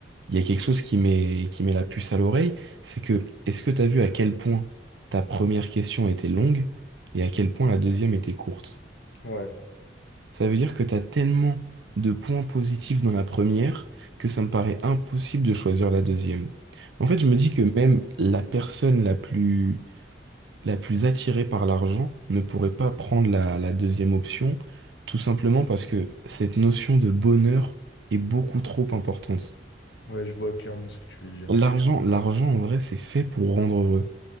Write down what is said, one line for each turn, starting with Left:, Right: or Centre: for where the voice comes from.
Right: il y a quelque chose qui met, qui met la puce à l'oreille, c'est que est-ce que t'as vu à quel point ta première question était longue et à quel point la deuxième était courte?
Left: Ouais,
Right: Ça veut dire que t'as tellement de points positifs dans la première que ça me paraît impossible de choisir la deuxième. En fait, je me dis que même la personne la plus la plus attirée par l'argent ne pourrait pas prendre la, la deuxième option, tout simplement parce que cette notion de bonheur est beaucoup trop importante.
Left: ouais, je vois clairement ce que tu veux dire.
Right: L'argent, l'argent en vrai, c'est fait pour rendre heureux.